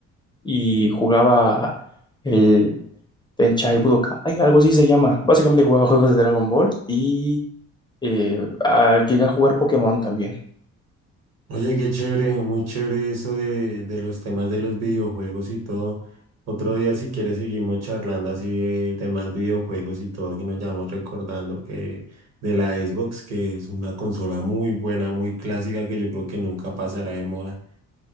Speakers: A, on the left; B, on the right.
A: y jugaba el Tenchai Budokai, algo así se llama. Básicamente jugaba juegos de Dragon Ball y eh, ah, llegué a jugar Pokémon también.
B: Oye, qué chévere, muy chévere eso de, de los temas de los videojuegos y todo. Otro día, si quieres, seguimos charlando así de temas videojuegos y todo, que nos vayamos recordando que de la Xbox, que es una consola muy buena, muy clásica, que yo creo que nunca pasará de moda.